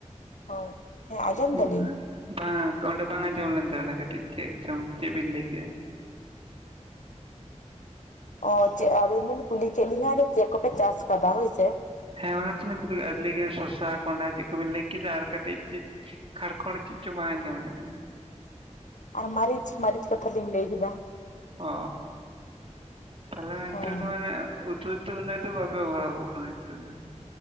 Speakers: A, on the left; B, on the right.
A: ᱦᱳᱭ ᱦᱮᱸ
B: <inaudible>
A: ᱟᱸᱡᱚᱢ ᱫᱟᱞᱤᱧ
B: ᱵᱟᱝ ᱚᱸᱰᱮ ᱵᱟᱝ ᱟᱸᱡᱚᱢ ᱞᱮᱱ ᱛᱟᱵᱮᱱᱟ ᱠᱟᱹᱴᱤᱡ ᱪᱮᱫ ᱪᱚᱝ ᱪᱮᱫ ᱵᱤᱱ ᱞᱟᱹᱭ ᱠᱮᱜᱼᱟ?
A: ᱚ ᱪᱮᱫ ᱟᱵᱤᱱ ᱵᱤᱱ ᱠᱩᱞᱤ ᱠᱮᱫ ᱞᱤᱧᱟᱹ ᱡᱮ ᱪᱮᱫ ᱠᱚᱯᱮ ᱪᱟᱥ ᱟᱠᱟᱫᱟ ᱦᱳᱭ ᱥᱮ?
B: ᱦᱮᱸ ᱚᱱᱟ ᱛᱚᱞᱤᱧ ᱠᱩᱞᱤ ᱠᱮᱫ ᱞᱟᱸᱭ ᱠᱮᱫᱟ ᱥᱚᱥᱟ ᱠᱚᱸᱰᱷᱟ, ᱪᱮᱫ ᱠᱚᱵᱤᱱ ᱞᱟᱹᱭ ᱠᱮᱫᱟ ᱟᱨ ᱠᱟᱹᱴᱤᱡ ᱪᱮᱫ ᱠᱷᱟᱲ ᱠᱷᱚᱲ ᱪᱮᱫ ᱪᱚ ᱵᱟᱝ ᱟᱸᱡᱚᱢ ᱞᱮᱱᱟ!
A: ᱟᱨ ᱢᱟᱹᱨᱤᱪ ᱢᱟᱹᱨᱤᱪ ᱠᱟᱛᱷᱟ ᱞᱤᱧ ᱞᱟᱹᱭ ᱠᱮᱫᱟ᱾
B: ᱚ, ᱛᱟᱞᱦᱮ ᱱᱤᱛᱳᱜ
A: ᱦᱮᱸ
B: ᱫᱚ ᱢᱟᱱᱮ ᱩ ᱛᱩ ᱫᱚ ᱩᱱᱟᱹᱜ ᱫᱚ ᱵᱟᱯᱮ ᱚᱵᱷᱟᱵᱚᱜ ᱠᱟᱱᱟ ᱱᱤᱛᱳᱜ ᱫᱚ ᱾